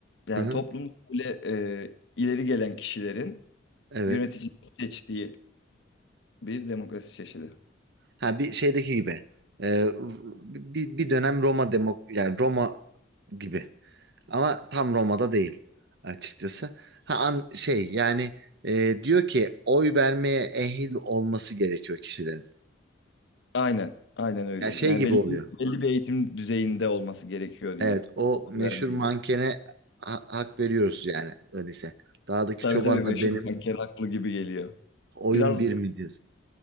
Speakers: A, on the left (about 65°); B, on the right (about 60°).
A: yani
B: Hı hı,
A: toplumda böyle e, ileri gelen kişilerin
B: evet.
A: yönetici seçtiği bir demokrasi çeşidi.
B: Ha bir şeydeki gibi. Ee, R- bir, bir dönem Roma demok yani Roma gibi. Ama tam Roma'da değil açıkçası. Ha an şey yani e, diyor ki oy vermeye ehil olması gerekiyor kişilerin.
A: Aynen, aynen öyle.
B: Ya şey
A: Yani
B: gibi
A: belli,
B: oluyor.
A: belli bir eğitim düzeyinde olması gerekiyor diyor.
B: Evet o meşhur
A: Vermeye
B: mankene
A: gerek.
B: ha- hak veriyoruz yani öyleyse. Dağdaki
A: Tabii
B: çobanla
A: tabii meşhur
B: benim
A: banker haklı gibi geliyor.
B: oyun
A: Biraz
B: bir mi diyorsun?